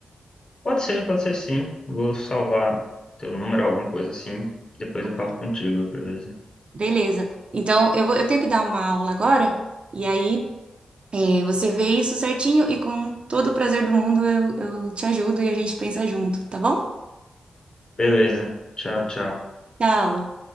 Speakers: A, on the left; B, on the right.
A: Pode ser, pode ser sim. Vou salvar teu número, alguma coisa assim, depois
B: Tá
A: eu
B: bom.
A: falo contigo, beleza?
B: Beleza. Então, eu vou, eu tenho que dar uma aula agora, e aí Aí você vê isso certinho e com todo o prazer do mundo eu, eu te ajudo e a gente pensa junto, tá bom?
A: Beleza. Tchau,
B: Tá bom.
A: tchau.
B: Tchau!